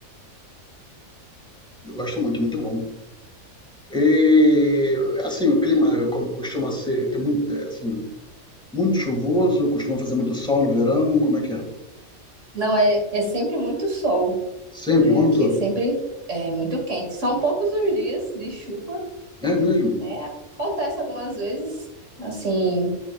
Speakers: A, in the centre; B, on the right.
A: Eu gosto muito, muito bom. E, assim, o clima é como costuma ser, tem muito, é, assim, muito chuvoso, costuma fazer muito sol no verão, como é que é?
B: Não, é, é sempre muito sol.
A: Sempre,
B: né?
A: o
B: Aqui
A: ano todo.
B: é sempre é, muito quente. São poucos os dias de chuva,
A: É mesmo?
B: né? Acontece algumas vezes, assim,